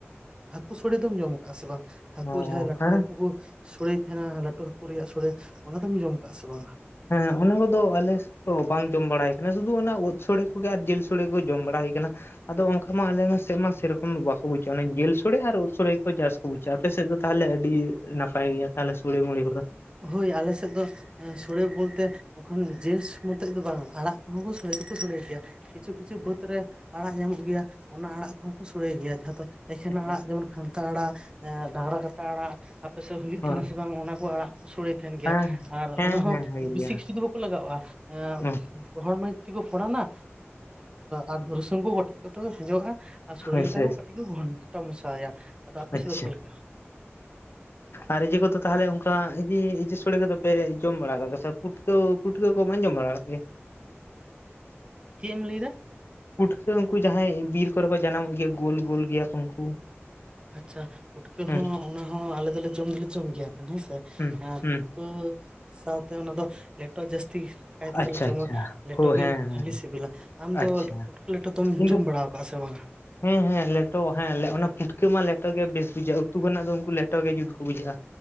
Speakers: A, on the right; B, on the left.
A: ᱦᱟᱹᱠᱩ ᱥᱳᱲᱮ ᱫᱚᱢ ᱡᱚᱢ ᱠᱟᱜᱼᱟ ᱥᱮ ᱵᱟᱝ ᱦᱟᱹᱠᱩ
B: ᱚ
A: ᱡᱟᱦᱟᱭ ᱞᱟᱹᱴᱩ
B: ᱦᱮᱸ
A: ᱦᱟᱹᱠᱩ ᱠᱚ ᱥᱚᱲᱮ ᱛᱟᱦᱮᱱᱟ ᱞᱟᱹᱴᱩ ᱦᱟᱹᱠᱩ ᱨᱮᱭᱟᱜ ᱥᱚᱲᱮ ᱚᱱᱟ ᱫᱚᱢ ᱡᱚᱢ ᱠᱟᱜᱼᱟ ᱥᱮ ᱵᱟᱝ
B: ᱦᱮᱸ ᱚᱱᱟ ᱠᱚᱫᱚ ᱟᱞᱮ ᱛᱚ ᱵᱟᱝ ᱡᱚᱢ ᱵᱟᱲᱟ ᱦᱩᱭ ᱠᱟᱱᱟ ᱥᱩᱫᱷᱩ ᱚᱱᱟ ᱩᱫ ᱥᱚᱲᱮ ᱠᱚᱜᱮ ᱟᱨ ᱡᱤᱞ ᱥᱚᱲᱮ ᱠᱚ ᱡᱚᱢ ᱵᱟᱲᱟ ᱦᱩᱭ ᱠᱟᱱᱟ ᱟᱫᱚ ᱚᱱᱠᱟ ᱢᱟ ᱟᱞᱮ ᱢᱟ ᱥᱮᱫ ᱢᱟ ᱥᱮᱨᱚᱠᱚᱢ ᱵᱟᱠᱚ <inaudible> ᱡᱤᱞ ᱥᱚᱲᱮ ᱟᱨ ᱩᱫ ᱥᱚᱲᱮ ᱜᱮᱠᱚ ᱡᱟᱥ ᱵᱩᱡᱷᱟᱹ ᱟᱯᱮ ᱥᱮᱫ ᱫᱚ ᱛᱟᱦᱚᱞᱮ ᱟᱹᱰᱤ ᱱᱟᱯᱟᱭ ᱜᱮᱭᱟ ᱛᱟᱦᱚᱞᱮ ᱥᱚᱲᱮ ᱢᱩᱲᱟᱹ ᱠᱚᱫᱚ
A: ᱦᱳᱭ ᱟᱞ ᱥᱮᱫ ᱫᱚ ᱥᱚᱲᱮ ᱵᱚᱞᱛᱮ ᱮᱠᱷᱚᱱ ᱡᱤᱱᱥ ᱢᱚᱛᱚᱪ ᱫᱚ ᱵᱟᱝ ᱟᱲᱟᱜ ᱠᱚᱦᱚᱸ ᱥᱳᱲᱮ ᱫᱚᱠᱚ ᱥᱳᱲᱮ ᱜᱮᱭᱟ ᱠᱤᱪᱷᱩ ᱠᱤᱪᱷᱩ ᱵᱟᱹᱫᱽ ᱨᱮ ᱟᱲᱟᱜ ᱧᱟᱢᱚᱜ ᱜᱮᱭᱟ ᱚᱱᱟ ᱟᱲᱟᱜ ᱠᱚᱦᱚᱸ ᱠᱚ ᱥᱚᱲᱮᱭ ᱜᱮᱭᱟ ᱡᱟᱦᱟᱸ ᱫᱚ ᱮᱠᱷᱮᱱ
B: ᱦᱮᱸ
A: ᱟᱲᱟᱜ ᱡᱮᱢᱚᱱ ᱠᱷᱟᱱᱛᱟ ᱟᱲᱟᱜ ᱦᱮᱸ ᱰᱟᱝᱨᱟ ᱠᱟᱴᱟ ᱟᱲᱟᱜ ᱟᱯᱮᱥᱮᱫ ᱦᱩᱭᱩᱜ
B: ᱦᱮᱸ
A: ᱛᱟᱦᱮᱸᱱᱟ ᱥᱮ ᱵᱟᱝ ᱚᱱᱟ ᱠᱚ ᱟᱲᱟᱜ ᱠᱚ ᱥᱳᱲᱮ ᱛᱟᱦᱮᱱ ᱜᱮᱭᱟ
B: ᱦᱮᱸ
A: ᱟᱨ
B: ᱦᱮᱸ
A: ᱚᱱᱟ ᱦᱚᱸ
B: ᱦᱮᱸ ᱦᱩᱭᱩᱜ
A: ᱵᱮᱥᱤ
B: ᱜᱮᱭᱟ
A: ᱠᱤᱪᱷᱩ ᱫᱚ ᱵᱟᱠᱚ ᱞᱟᱜᱟᱣᱼᱟ ᱮ
B: ᱦᱮᱸ
A: ᱨᱚᱦᱚᱲ ᱢᱟᱹᱨᱤᱪ ᱛᱮᱠᱚ ᱯᱷᱳᱲᱟᱱᱟ ᱟᱨ ᱨᱚᱥᱩᱱ ᱠᱚ ᱠᱚᱴᱮᱡ ᱠᱚ ᱠᱷᱚᱡᱚᱜᱼᱟ ᱟᱨ ᱥᱚᱨᱮ
B: ᱟᱪᱪᱷᱟ
A: ᱞᱮᱠᱟ ᱠᱚ ᱠᱟᱹᱴᱤᱡ ᱠᱚ ᱜᱷᱚᱱᱴᱟ ᱢᱚᱥᱟᱭᱟ ᱟᱫᱚ
B: ᱟᱪᱪᱷᱟ
A: ᱟᱯᱮ ᱥᱮᱫ ᱫᱚ ᱚᱠᱟ ᱞᱮᱠᱟ?
B: ᱟᱨ ᱤᱡᱮ ᱠᱚᱫᱚ ᱛᱟᱦᱞᱮ ᱚᱱᱠᱟ ᱤᱭᱟᱹ ᱥᱚᱲᱮ ᱠᱚᱫᱚ ᱯᱮ ᱡᱚᱢ ᱵᱟᱲᱟ ᱠᱟᱜ ᱜᱮ ᱥᱮ ᱯᱩᱴ ᱯᱩᱠᱟᱹᱣ ᱯᱩᱴᱠᱟᱹ ᱠᱚᱢ ᱟᱸᱡᱚᱢ ᱵᱟᱲᱟ ᱠᱫ ᱜᱮᱭᱟ?
A: ᱪᱮᱫ ᱮᱢ ᱞᱟᱹᱭ ᱮᱫᱟ
B: ᱯᱩᱴᱷᱠᱟᱹ ᱩᱱᱠᱩ ᱡᱟᱦᱟᱭ ᱵᱤᱨ ᱠᱚᱨᱮ ᱠᱚ ᱡᱟᱱᱟᱢᱚᱜ ᱜᱮᱭᱟ ᱜᱳᱞ ᱜᱳᱞ ᱜᱮᱭᱟ ᱠᱚ ᱩᱱᱠᱩ
A: ᱟᱪᱪᱷᱟ ᱯᱩᱴᱠᱟᱹ
B: ᱦᱩᱸ
A: ᱦᱚᱸ ᱚᱱᱟ ᱦᱚᱸ ᱟᱞᱮ ᱫᱚᱞᱮ ᱡᱚᱢ ᱫᱚᱞᱮ ᱡᱚᱢ ᱜᱮᱭᱟ ᱠᱷᱟᱱ ᱦᱮᱸᱥᱮ
B: ᱦᱩᱸ ᱦᱩᱸ
A: ᱠᱚ ᱥᱟᱶᱛᱮ ᱚᱱᱟ ᱫᱚ ᱞᱮᱴᱚ ᱡᱟᱹᱥᱛᱤ ᱠᱟᱭ
B: ᱟᱪᱪᱷᱟ
A: ᱛᱮᱞᱮ ᱡᱚᱢᱟ
B: ᱟᱪᱪᱷᱟ
A: ᱞᱮᱴᱚ
B: ᱦᱳ
A: ᱜᱮ
B: ᱦᱮᱸ ᱦᱮᱸ
A: ᱵᱷᱟᱞᱤ ᱥᱤᱵᱤᱞᱟ ᱟᱢᱫᱚ
B: ᱟᱪᱪᱷᱟ
A: ᱯᱷᱩᱴᱠᱟᱹ ᱞᱮᱴᱚ ᱫᱚᱢ
B: ᱤᱧ
A: ᱡᱚᱢ
B: ᱫᱚ
A: ᱵᱟᱲᱟ ᱟᱠᱟᱫᱼᱟ ᱥᱮ ᱵᱟᱝᱟ
B: ᱦᱮᱸ ᱦᱮᱸ ᱞᱮᱴᱚ ᱦᱮᱸ ᱚᱱᱟ ᱯᱩᱴᱠᱟᱹ ᱢᱟ ᱞᱮᱴᱚ ᱜᱮ ᱵᱮᱥ ᱵᱩᱡᱷᱟᱹᱜᱼᱟ ᱩᱛᱩ ᱠᱷᱚᱱᱟᱜ ᱫᱚ ᱩᱱᱠᱩ ᱞᱮᱴᱚ ᱜᱮ ᱡᱩᱛ ᱠᱚ ᱵᱩᱡᱷᱟᱹᱜᱼᱟ